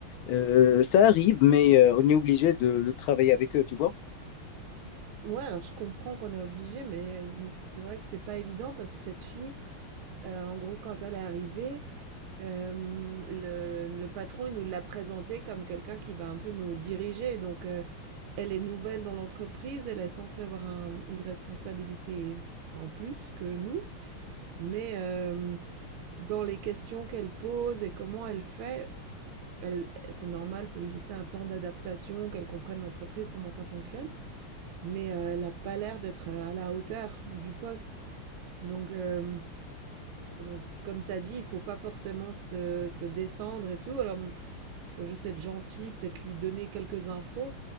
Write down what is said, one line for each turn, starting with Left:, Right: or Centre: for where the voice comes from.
Left: euh, ça arrive, mais euh, on est obligé de, de travailler avec eux, tu vois.
Right: Ouais, alors je comprends qu'on est obligé, mais euh, c'est vrai que c'est pas évident parce que cette fille, euh, en gros, quand elle est arrivée, euh, le, le patron il nous l'a présentée comme quelqu'un qui va un peu nous diriger, donc. euh, Elle est nouvelle dans l'entreprise, elle est censée avoir un- une responsabilité en plus que nous, mais euh, dans les questions qu'elle pose et comment elle fait, elle, c'est normal, il faut lui laisser un temps d'adaptation, qu'elle comprenne l'entreprise, comment ça fonctionne, mais euh, elle n'a pas l'air d'être euh, à la hauteur du poste. Donc, euh, euh, Comme tu as dit, il faut pas forcément se, se descendre et tout. Alors, il faut juste être gentil, peut-être lui donner quelques infos.